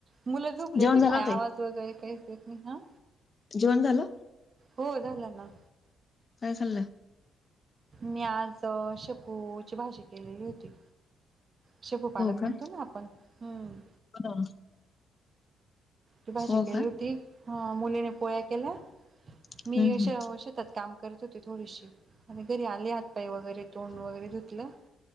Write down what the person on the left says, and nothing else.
जेवण
झालं
ताई
जेवण झालं.
काय झालं ‌
का
हो
हो
का
हम्म
हम्म